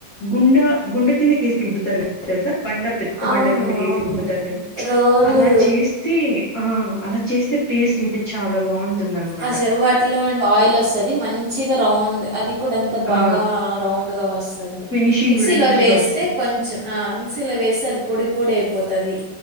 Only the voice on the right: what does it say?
అవును
అవును
రోలు
ఆస వాటిలో ఆయిల్ వస్తది మంచిగా రౌండ్ అది ప్పుడంత బాగా
రౌండ్గా వస్తది
మిక్సీలో
వేస్తే
కొంచెం అ మిక్సీలో వేస్తె అది పొడి పొడి అయిపోతది